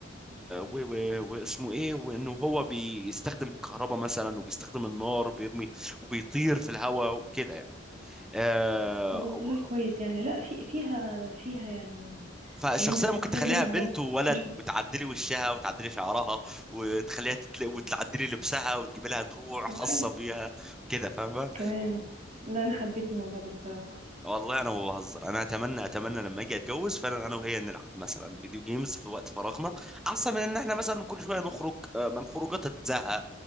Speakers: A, in the centre; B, on the right.
A: و... و... واسمه ايه وانه هو بيستخدم الكهرباء مثلا وبيستخدم النار وبيرمي وبيطير في الهواء وكده يعني آه...
B: طب والله
A: أو-
B: كويس يعني لا في فيها فيها يعني
A: فالشخصية
B: ان انت بتستفاد
A: ممكن تخليها
B: منها
A: بنت
B: بس
A: وولد
B: مش بت...
A: وتعدلي وشها وتعدلي شعرها وتخليها تتل... وتعدلي لبسها وتجيب لها دروع
B: طب
A: خاصة
B: حلو
A: بيها كده فاهم
B: كمان لا انا حبيت الموضوع ده بصراحة
A: والله انا ما بهزر انا اتمنى اتمنى لما اجي اتجوز فعلا انا وهي نلعب مثلا فيديو جيمز في وقت فراغنا احسن من ان احنا مثلا كل شويه نخرج آه، ما الخروجات هتزهق